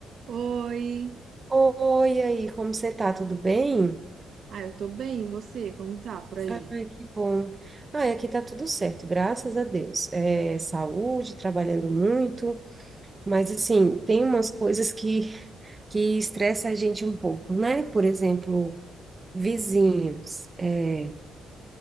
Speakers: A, on the right; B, on the right.
A: Oi.
B: Oi, e aí, como você tá? Tudo bem?
A: Ah, eu tô bem, e você? Como tá por aí?
B: Ai, que bom. Ai, aqui tá tudo certo, graças a Deus. É, saúde, trabalhando muito, mas assim, tem umas coisas que, que estressa a gente um pouco, né? Por exemplo, vizinhos. é,